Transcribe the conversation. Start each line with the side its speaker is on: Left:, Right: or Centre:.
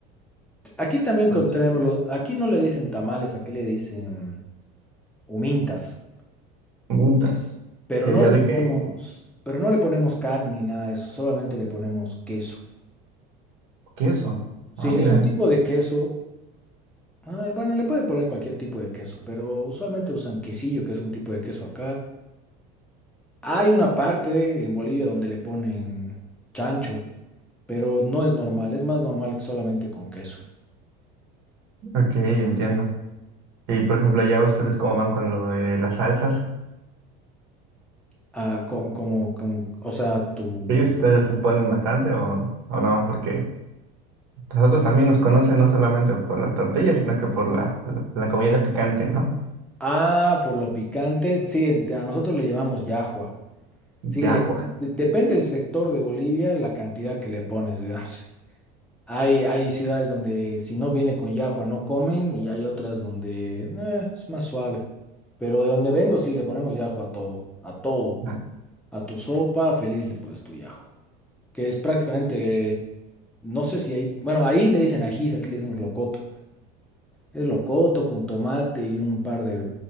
Centre: Aquí también con-
Right: Los
Centre: tenemos los, aquí no le dicen tamales, aquí le dicen humintas,
Right: mintas.
Centre: pero
Right: Y
Centre: no
Right: allá
Centre: le
Right: de
Centre: ponemos,
Right: que
Centre: pero no le ponemos carne ni nada de eso, solamente le ponemos queso.
Right: queso.
Centre: Sí,
Right: Ah, mira,
Centre: es un tipo de queso. ah, bueno, le pueden poner cualquier tipo de queso, pero usualmente usan quesillo, que es un tipo de queso acá. Hay una parte en Bolivia donde le ponen chancho, pero no es normal, es más normal solamente con queso.
Right: ok, entiendo. Y por ejemplo, allá ustedes cómo van con lo de las salsas.
Centre: Ah, con, como, con, o sea, tu...
Right: ¿Ellos ustedes les ponen bastante o, o no? Porque nosotros también nos conocen no solamente por las tortillas, sino que por la, la, la comida picante, ¿no?
Centre: Ah, por lo picante. Sí, en- a nosotros le llamamos yahua. Sí,
Right: Yahua.
Centre: le- de- depende del sector de Bolivia, la cantidad que le pones, <laughs> digamos. Hay, hay ciudades donde si no viene con llajua no comen y hay otras donde eh, es más suave. Pero de donde vengo sí le ponemos llajua a todo, a todo.
Right: Ah,
Centre: A tu sopa, feliz le pones tu llajua. Que es prácticamente, no sé si hay, bueno, ahí le dicen ajís, aquí le decimos locoto. Es locoto con tomate y un par de